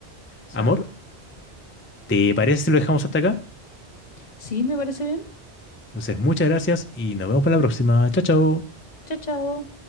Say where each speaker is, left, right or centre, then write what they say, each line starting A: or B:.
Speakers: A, on the left; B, on the left.
A: Exacto.
B: ¿Amor? ¿Te parece si lo dejamos hasta acá?
A: Sí, me parece bien.
B: Entonces, muchas gracias y nos vemos para la próxima. Chao, chao.
A: Chao, chao.